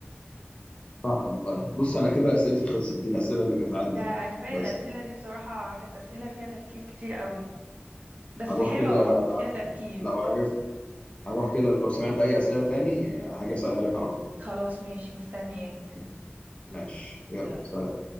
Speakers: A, on the left; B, on the right.
A: صح والله بص انا كده اسئلتي خلصت دي الاسئله اللي كانت عندي
B: ده كفاية
A: بس
B: الأسئلة دي بصراحة كانت أسئلة فيها تفكير كتير قوي بس
A: هروح
B: حلوة
A: كده
B: وفيها تفكير
A: لو عارف هروح كده لو سمعت اي اسئله تاني هاجي اسالها لك على طول
B: خلاص ماشي مستنياك
A: ماشي يلا
B: يلا
A: سلام